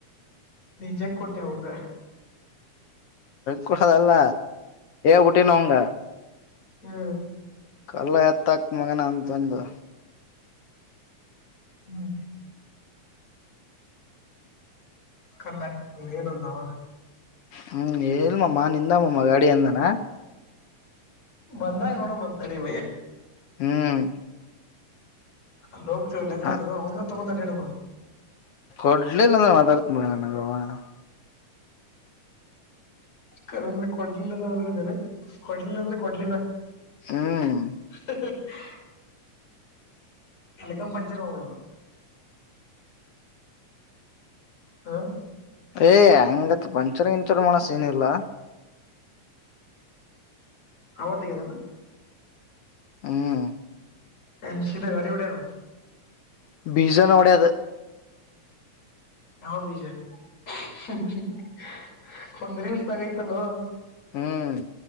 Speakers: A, on the left (about 55°); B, on the left (about 75°).
A: ನಿಜ ಕೊಟ್ಟಿ ಹಂಗ.
B: ಕೂಡದಲ್ಲ ಏಲೀಟ್ಟಿನವಂಗ.
A: ಹ್ಮ.
B: ಕಲ್ಲ ಎತ್ತ ಆಕ್ತ್ ಮಗನ ಅಂತ ಬಂದು.
A: ಹ್ಮ್. ಕಲ್ಲ ಆಕ್ತಿದ್ರ ಏನಂದ ಅವಾಗ.
B: ಹ್ಮ್ ಹೇಳಲ್ಮ್ಮ ನಿಂದಾಮಮ್ಮ ಗಾಡಿ ಅಂದಾನ.
A: ಬಂದ ನೋಡ ಬಂದಂತಾರೆ ಭಯ.
B: ಹ್ಮ್.
A: ಅಲ್ಲಿ ಹೋಗ್ತತಿವಲ್ಲ ಹೆಂಗಾದರು
B: ಹ
A: ಒಂದ <unintelligible> ಒಂದಡ.
B: ಕೊಡ್ಲಿಲ್ಲ ಅಂದ ಮಾತಾಡ್ತ. <unintelligible>
A: ಕರ ಅಂದ್ರೆ ಕೊಡ್ಲಿಲ್ಲ ಅಂದ್ರೆ ಮದರ ಇದ್ದೇನೆ ಕೊಡ್ಲಿಲ್ಲ ಅಂದ್ರೆ ಕೊಡ್ಲಿಲ್ಲ.
B: ಹ್ಮ್
A: <unintelligible> ಎಲೆಕ್ಕ ಪಂಚರ್ ಮಾಡ್ಬಿಡೋದು. ಹಾ
B: ಏ್ ಹೆಂಗತ್ ಪಂಚರ್ ಗಿಂಚರ್ ಮಾಡೋ ಸೀನ್ ಇಲ್ಲ
A: <unintelligible>
B: ಹ್ಮ್
A: <unintelligible> ಗಾಡಿ ಉಡ್ಯಾರ
B: ಬೀಜನ ಒಡಿಯದು
A: ಯಾವ್ ಬೀಜ <unintelligible> ಒಂದ್ ರೀಲ್ಸ್ ದಾಗ ಐತ್ ಅಲೋ
B: ಹ್ಮ್